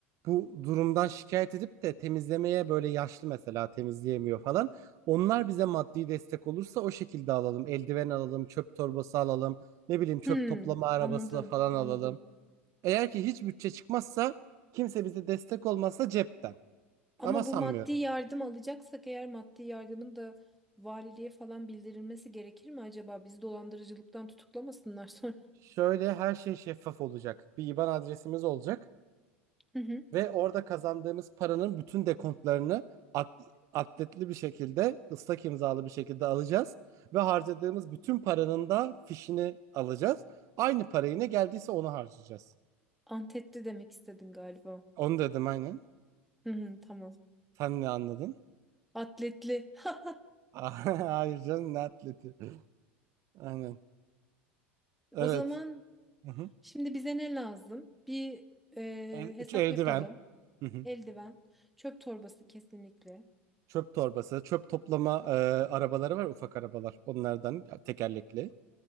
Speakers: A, on the right; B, in the centre.
A: bu durumdan şikayet edip de temizlemeye böyle yaşlı mesela temizleyemiyor falan. Onlar bize maddi destek olursa o şekilde alalım. Eldiven alalım, çöp torbası alalım, ne bileyim çöp
B: Hmm,
A: toplama arabası
B: anladım,
A: falan alalım.
B: anladım.
A: Eğer ki hiç bütçe çıkmazsa kimse bize destek olmazsa cepten.
B: Ama
A: Ama sanmıyorum.
B: bu maddi yardım alacaksak eğer maddi yardımın da valiliğe falan bildirilmesi gerekir mi acaba? Bizi dolandırıcılıktan tutuklamasınlar sonra.
A: Şöyle her şey şeffaf olacak. Bir IBAN adresimiz olacak
B: <laughs> Hı hı.
A: ve orada kazandığımız paranın bütün dekontlarını at- atletli bir şekilde, ıslak imzalı bir şekilde alacağız ve harcadığımız bütün paranın da fişini alacağız. Aynı parayı ne geldiyse onu harcayacağız.
B: Antetli demek istedin galiba.
A: Onu dedim aynen.
B: Hı hı, tamam.
A: Sen ne anladın?
B: Atletli. <laughs>
A: <laughs> Hayır canım ne atleti. Aynen. Evet.
B: O zaman
A: Hı hı.
B: şimdi bize ne lazım? Bir e,
A: El-
B: hesap
A: eldiven.
B: yapalım.
A: Hı hı.
B: Eldiven, çöp torbası kesinlikle.
A: Çöp torbası, çöp toplama e, arabaları var ufak arabalar. Onlardan tekerlekli.